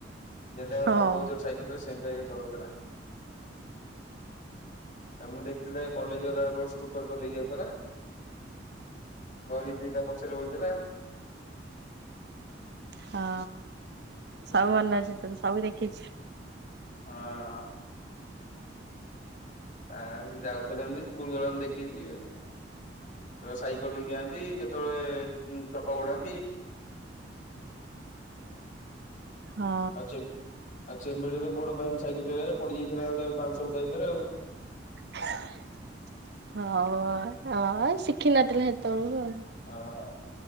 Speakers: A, on the left; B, on the right.
A: ଯେ <unintelligible>
B: ହୁଁ
A: ନବ ଉଜର ସାଇକେଲ ଥିଲା। ସେମତି ସାଇକେଲ ଚଲଉଥିଲା। ଆଉ, ମୁଁ ଦେଖଥିଲି, ତାକୁ କଲେଜ ଗଲା ବେଳେ କଣ ସ୍କୁଟର ଚଲେଇ କି ଯାଉଥିଲା? ଧରିତ୍ରି ତା ପଛରେ ବଇଥିଲା।
B: ହଁ ସବୁ
A: ଆ
B: ମନେ ଅଛି ତର ସବୁ ଦେଖିଛି।
A: ହଁ। ଆ ସେ ଯାଉଥିଲା ଏମିତି ସ୍କୁଲ ଗଲା ବେଳେ ମୁ ଦେଖିଛି। ବେଳେ ସାଇକେଲ ନେଇକି ଯାଆନ୍ତି କେତେବେଳେ ଚକ ଉଁ ଗଡ଼ାନ୍ତି। <unintelligible>
B: ହଁ
A: ଆ ଚେମ୍- ଚେମୀଡ଼ି ର ଗୋଡ ପାଏନି ସାଇକେଲ ଚଲେଇଲା ବେଳେ ପଡି ଯାଇଥିଲା ଗୋଟେ ବାଉଁଶ ବୁଦା ଭିତରେ ଆଉ।
B: <unintelligible> ହଉ ଶିଖିନଥିଲେ ସେତେବେଳକୁ ଆଉ।
A: ହଁ।